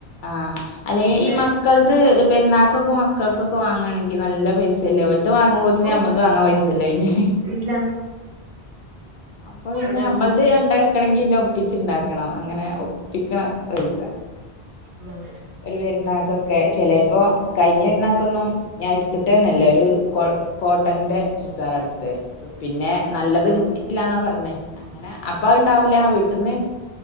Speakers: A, on the left (about 60°); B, on the right (about 65°).
A: ആഹ അല്ലെങ്കിൽ
B: പക്ഷെ
A: ഈ മക്കൾത് പെരുന്നാൾക്കൊക്കെ മക് മക്കൾക്കൊക്കെ വാങണെങ്കി നല്ല പൈസല്ലെ ഓര്ത് വാങ്ങുമ്പോ.
B: ഓ
A: നമ്മൾത് വാങ്ങാൻ പൈസ ഇല്ലനി
B: ഇല്ല
A: അപ്പോ പിന്നെ
B: അതന്നെ
A: അത് ഉണ്ടാക്കണെങ്കിന്നെ ഒപ്പിച്ച ഉണ്ടാക്കണം അങ്ങനെ ഒപ്പിക്കണം പൈസ
B: ഉം.
A: ഒരു പെരുന്നാൾക്കൊക്കെ ചിലപ്പോ കഴിഞ്ഞ പെരുന്നാൾക്കൊന്നും. ഞാൻ എടുത്തിട്ട് തന്നെയില്ല ഒരു കോ കോട്ടന്റെ. ചുരിദാറ എടുത്ത് പിന്നെ നല്ലത്
B: ഉം
A: ഇടുത്തിട്ടില്ലന്നാ പറഞ്ഞേ അങ്ങനെ അപ്. അപ്പ ഉണ്ടാവൂല്ല ആ വീട്ടന്ന്